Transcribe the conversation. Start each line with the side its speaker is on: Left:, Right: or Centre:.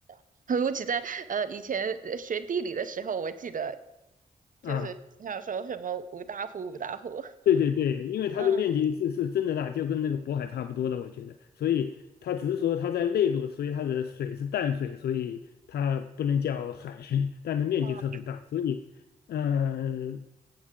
Right: <laughs> 尤其在呃以前呃学地理的时候，我记得就是经常说什么五大湖五大湖，
Left: 啊。对对对，因为它的面积是是真的大，
Right: 嗯，
Left: 就跟那个渤海差不多的，我觉得。所以它只是说它在内陆，所以它的水是淡水，所以它不能叫海，<laughs> 但它面积是很大。
Right: 哦，
Left: 所以，嗯。